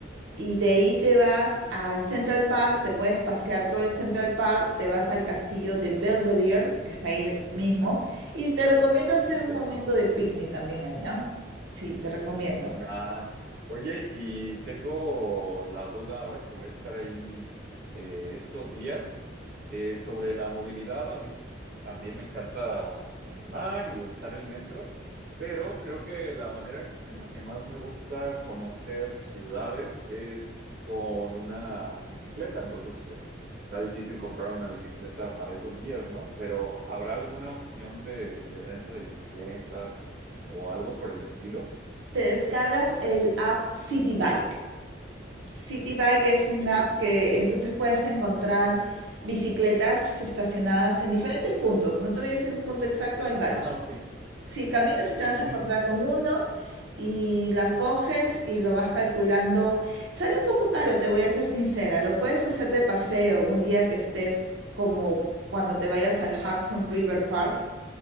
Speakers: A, on the right; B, on the right.
A: Y de ahí te vas al Central Park, te puedes pasear todo el Central Park, te vas al castillo de Belvedere, que está ahí mismo, y te recomiendo hacer
B: ok.
A: un momento de picnic también ahí, ¿ah? Sí, te recomiendo.
B: Ya. Oye, y tengo la duda ahora que voy a estar ahí eh, estos días eh, sobre la movilidad. A mí también me encanta caminar y usar el metro, pero creo que la manera en la que más me gusta conocer ciudades es con una bicicleta. Entonces, pues está difícil comprar una bicicleta para esos días, ¿no? Pero ¿habrá alguna opción de de renta de bicicletas o algo por el estilo?
A: Te descargas el app City Bike. City Bike
B: Ah,
A: es
B: ok.
A: un app que entonces puedes encontrar bicicletas estacionadas en diferentes puntos. No te voy a decir un punto exacto, hay varios.
B: Ah, ok.
A: Sí, caminas y te vas
B: Ujú.
A: a encontrar con uno y la coges y lo vas calculando. Sale un poco caro, te voy a ser sincera. Lo puedes hacer de paseo un día que estés como cuando te vayas al Hudson River Park